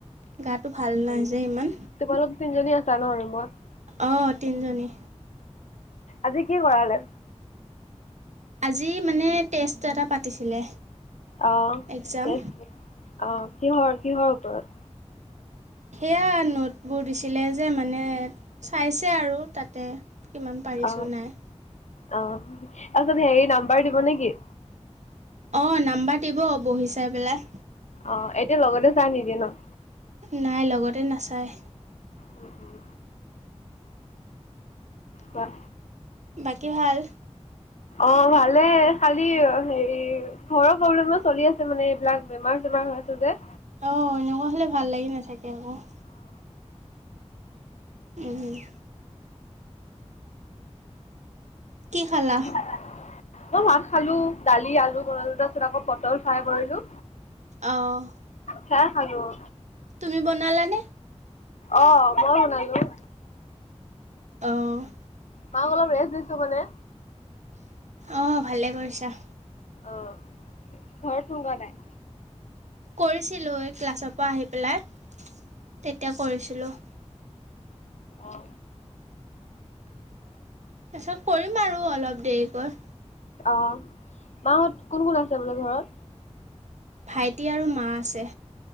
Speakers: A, on the right; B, on the left.
A: গাটো ভাল
B: হে
A: নাই যে ইমান।
B: তোমালোক <unintelligible>
A: অঁ তিনিজনী
B: আজি কি কৰালে?
A: আজি মানে টেষ্ট এটা পাতিছিলে।
B: অহ,
A: এক্সাম
B: টেষ্ট অহ, কিহৰ, কিহৰ ওপৰত?
A: সেয়া নোটবোৰ দিছিলে যে মানে চাইছে আৰু তাতে। ইমান পাৰিছোঁ
B: অ
A: নাই
B: অ', তাৰপিছত হেৰি নাম্বাৰ দিব নেকি?
A: অ নাম্বাৰ দিব বহি চাই পেলাই
B: অ', এতিয়া লগতে চাই নিদিয়ে ন'?
A: নাই লগতে নাচায়।
B: উম, উম। বাঃ
A: বাকী ভাল?
B: অ', ভালে খালি হেৰি ঘৰৰ প্ৰব্লেমো চলি আছে মানে এইবিলাক বেমাৰ বেমাৰ হৈছে যে।
A: অহ, এনেকুৱা হ'লে ভাল লাগি নাথাকে আকৌ। উম, হম। কি খালা?
B: অ মই মাছ খালোঁ, দালি আলু বনালো তাৰপাছত আকৌ পটল ফ্ৰাই কৰিলোঁ।
A: অ'।
B: চাহ খালোঁ।
A: তুমি বনালা নে?
B: অ', মই বনালোঁ।
A: অ'।
B: মাক অলপ ৰেষ্ট দিছোঁ মানে।
A: অ ভালেই কৰিছা
B: অ ঘৰত <unintelligible> নাই
A: কৰিছিলোঁ, এই ক্লাছৰ পৰা আহি পেলাই তেতিয়া কৰিছিলোঁ।
B: অ'।
A: পিছত কৰিম আৰু অলপ দেৰিকৈ।
B: অঁ। মাঁহত কোন কোন আছে বোলে ঘৰত?
A: ভাইটি আৰু মা আছে।